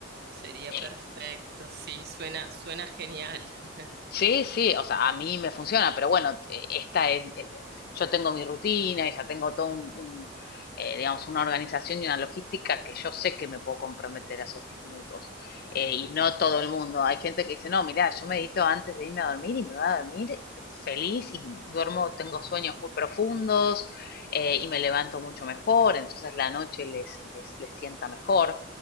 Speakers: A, on the right; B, on the left.
A: Sería
B: Eh,
A: perfecto, sí, suena, suena genial. <laughs>
B: Sí, sí, o sea, a mí me funciona, pero bueno, eh, esta es, eh, yo tengo mi rutina y ya tengo todo un, un, eh, digamos, una organización y una logística que yo sé que me puedo comprometer a esos 10 minutos.
A: Claro,
B: Eh, y no
A: claro.
B: todo el mundo, hay gente que dice, no, mira, yo medito antes de irme a dormir y me voy a dormir eh, feliz y duermo, tengo
A: Sí,
B: sueños muy profundos eh, y me levanto mucho mejor, entonces la noche les, les, les sienta mejor.